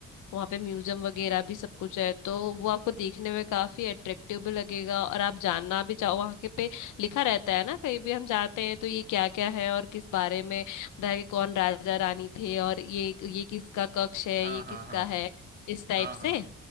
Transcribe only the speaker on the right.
हाँ
हाँ हाँ
हाँ हाँ